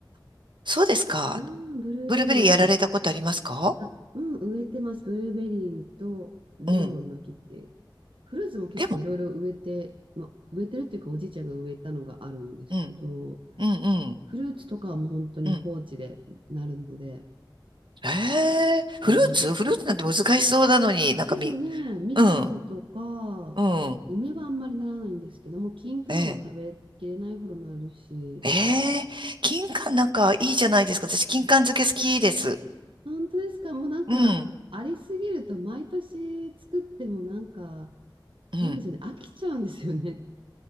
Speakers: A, on the right; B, on the right.
A: そうですか。
B: うん、ブルーベリ
A: ブルーベリーやられたことありますか
B: ー。あ、うん、植えてます。ブルーベリーとレモンの木って。
A: うん。
B: フルーツも結構いろいろ植えて、
A: でも、
B: まあ、植えてるっていうか、おじいちゃんが植えたのがあるんですけど、
A: うん、うん、うん、
B: フルーツとかはもう本当に放置でなるので、
A: うん。ええフルーツフルーツなんて難しそうなのに、
B: いいです。
A: なんかみ、
B: ですよね。みかんとか、
A: うん、うん、
B: 梅はあんまりならないんですけども、金柑は食べきれないほどなるし、
A: ええええ金柑なんかいいじゃないですか。私、金柑漬け好きです。
B: 本当ですかもうなんか、
A: うん、
B: ありすぎると毎年作ってもなんか、
A: うん。
B: なんでしょうね、飽きちゃうんですよね。